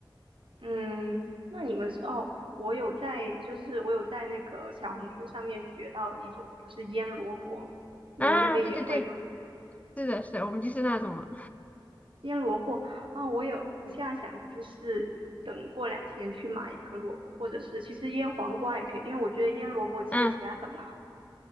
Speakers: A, on the right (about 90°); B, on the left (about 15°).
A: 嗯，那你们是哦，我有在就是我有在那个小红书上面学到了一种就是腌萝卜，你们那边也会吗？
B: 啊，对对对，是的，是的，我们就是那种了。
A: 腌萝卜啊，我有，我现在想就是等过两天去买一个萝卜，或者是其实腌黄瓜也可以，因为我觉得腌萝卜切起来很麻烦。
B: 嗯，